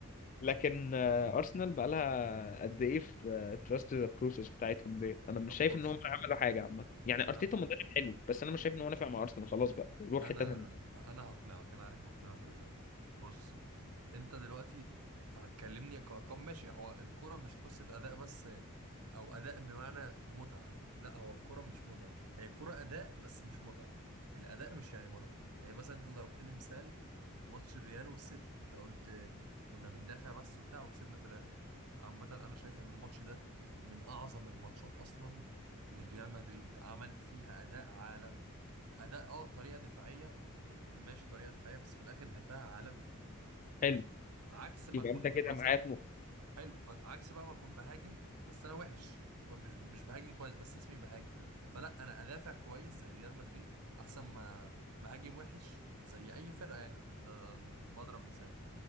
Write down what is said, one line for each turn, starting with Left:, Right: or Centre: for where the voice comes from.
Left: لكن آه، ارسنال بقى لها قد ايه في تراست ذا بروسيس بتاعتهم ديت انا مش
Right: طب
Left: شايف
Right: بص
Left: ان هم عملوا حاجة عامة يعني
Right: انا
Left: ارتيتا مدرب حلو بس انا مش شايف ان هو نافع مع ارسنال خلاص بقى روح
Right: انا
Left: حتة تانية
Right: انا هقنعك انا عارف هقنعك ازاي بص انت دلوقتي هتكلمني كارقام ماشي هو الكرة مش قصة اداء بس او اداء بمعنى متعة لا هو الكرة مش متعة هي الكرة اداء بس مش متعة الاداء مش يعني متعة يعني مثلا انت ضربت لي مثال ماتش الريال والسيتي انت قلت كنا بندافع بس وبتاع وكسبنا في الاخر عامة انا شايف ان الماتش ده من اعظم الماتشات اصلا لريال مدريد عملت فيها اداء عالمي اداء اه طريقة دفاعية ماشي طريقة دفاعية بس في الاخر دفاع عالمي
Left: حلو
Right: عكس ما
Left: يبقى
Right: اكون
Left: انت كده
Right: مثلا
Left: معايا
Right: حلو بس عكس بقى ما اكون بهاجم بس انا وحش مش مش بهاجم كويس بس اسمي بهاجم فلا انا ادافع كويس زي ريال مدريد احسن ما مهاجم وحش زي اي فرقه يعني ده بضرب مثال